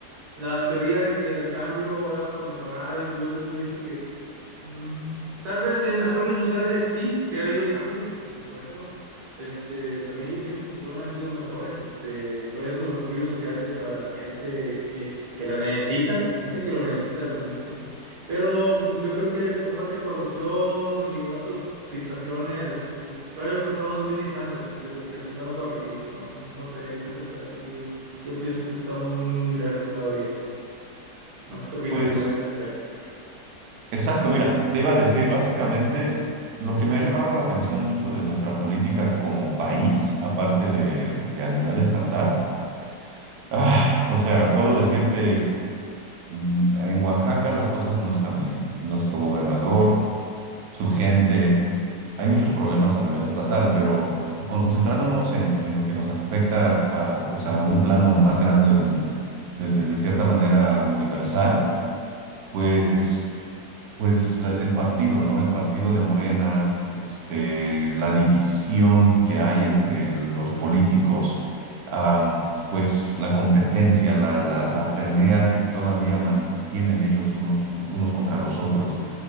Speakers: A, on the right; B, on the right.
A: La teoría de que el cambio era para mejorar, yo, yo, yo he visto que mm, tal vez en apoyos sociales sí, sí ha habido cambios, por supuesto. Este, también yo pienso que pudieron haber sido mejores, este, todos esos apoyos sociales para la gente que, que la necesita, gente que lo necesita realmente. Pero mm, yo creo que el combate a corrupción y otras situaciones, todavía yo creo que estamos muy distantes de, de que se puedan corregir. No, no sé, en ese aspecto sí, yo pienso que sí estamos muy, muy, muy lejos todavía. No sé qué opinas
B: Pues
A: tú en ese aspecto.
B: exacto, mira, te iba a decir, básicamente lo que me ha llamado la atención mucho de nuestra política como país, aparte de, de a nivel estatal, ah, o sea, puedo decirte... Mm, En Oaxaca las cosas no están bien. Nuestro gobernador, su gente, hay muchos problemas a nivel estatal, pero concentrándonos en, en lo que nos afecta a, pues a un plano más grande, un- de, de- de cierta manera universal, pues pues la- el partido, ¿no? El partido de Morena, este, la división que hay entre los políticos, am, pues la competencia, la, la, la pelea que todavía mantienen ellos unos, unos contra los otros,